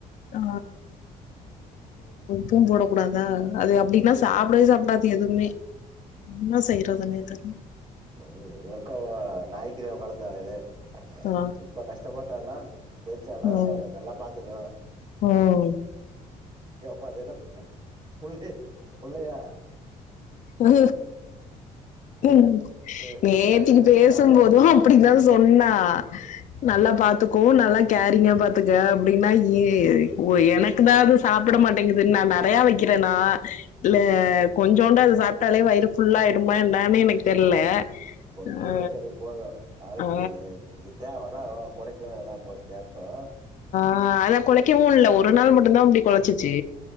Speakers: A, on the left; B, on the right.
A: ஆ பும் போட கூடாதா அது அப்டினா சாப்டவே சாப்டாது எதுவுமே என்ன செய்யறதுனே தெர்ல
B: ஓ உங்கக்கவா நாய்க்கிதா <unintelligible>
A: ஆ
B: இப்ப கஷ்டப்பட்டானா பெருச்சானா
A: ம்
B: அது அவள நல்லா பாத்துக்கு
A: ம்
B: கேப்பா அதேலா <unintelligible> புள்ளே புள்ளயா
A: ஆ
B: அ
A: உம்
B: அ
A: நேத்திக்கு
B: எனக்கு கெடச்சா
A: பேசும்
B: நானே
A: போதும்
B: வளத்துருவே
A: அப்டிதா சொன்னா நல்லா
B: அ
A: பாத்துகோ நல் லா கேரிங்கா பாத்துக்க அப்டினா ஏய் ஓ எனக்குதா அது சாப்ட மாட்டேங்குது நா நெறையா வக்கிறேனா இல்ல கொஞ் சோண்ட அது சாப்டாலே வயிறு புல்லா ஆயிடுமா என்னானு எனக்கு தெர்ல
B: கொஞ்சோன்டு
A: ஆ
B: வெச்சாலே போது அதுக்கு
A: ஆ
B: இப்ப இதாவரு பின்னாலவா கொலைக்கு ஏதா பா கேக் த்தா
A: ஆ அதா கொலைக்கவோ இல்ல ஒரு நாள் மட்டுதா அப்டி கொலச்சிச்சு